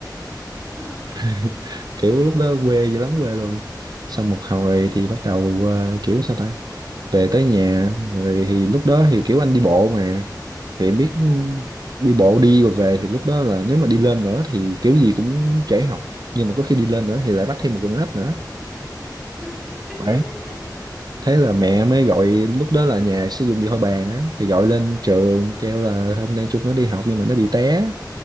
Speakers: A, in the centre; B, on the right.
A: <laughs>
B: <laughs> kiểu lúc đó quê dữ lắm quê luôn xong một hồi
A: Ừ,
B: thì bắt đầu ờ, kiểu sao ta về tới nhà rồi thì lúc đó thì kiểu anh đi bộ mà thì em biết
A: vâng.
B: đi bộ đi rồi về thì lúc đó là nếu mà đi lên nữa thì kiểu gì cũng trễ học nhưng mà có khi đi lên nữa thì lại bắt thêm một con ếch nữa
A: <laughs>
B: đấy thế là mẹ mới gọi lúc đó là nhà sử dụng điện thoại bàn á thì gọi lên trường kêu là hôm nay chúng nó đi học nhưng mà nó bị té